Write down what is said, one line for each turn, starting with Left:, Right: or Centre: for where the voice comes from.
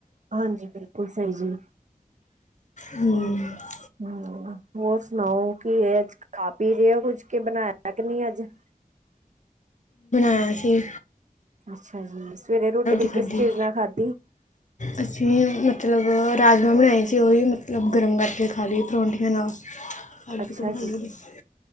Right: ਹਾਂਜੀ ਬਿਲਕੁਲ ਸਹੀ ਜੀ।
Left: ਹੂੰ
Right: ਹੂੰ ਹੋਰ ਸੁਣਾਓ? ਕਿ ਇਹ ਅੱਜ ਖਾ ਪੀ ਰਹੇ ਹੋ ਕੁੱਝ ਕੇ ਬਣਾਇਆ ਕਿ ਨਹੀਂ ਅੱਜ <inaudible>
Left: ਹਾਂਜੀ।
Right: ਅੱਛਾ ਜੀ, ਸਵੇਰੇ ਰੋਟੀ ਫਿਰ
Left: ਖਾਧੀ
Right: ਕਿਸ ਚੀਜ਼ ਨਾਲ ਖਾਧੀ?
Left: ਅਸੀਂ ਮਤਲਬ ਰਾਜਮਹ ਬਣਾਏ ਸੀ, ਉਹਦੀ ਮਤਲਬ ਗਰਮ ਕਰਕੇ ਖਾਲੀ ਪਰੌਠੀਆਂ ਨਾਲ। ਹਾਂਜੀ
Right: ਅੱਛਾ ਜੀ,